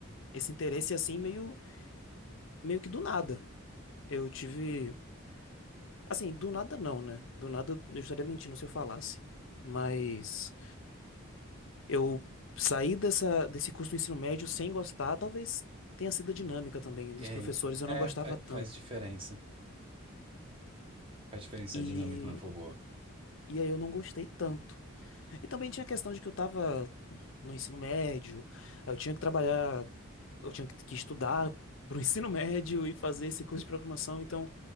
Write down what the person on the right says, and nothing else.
É,
é,
fa-
faz diferença. Faz diferença
a dinâmica não for boa.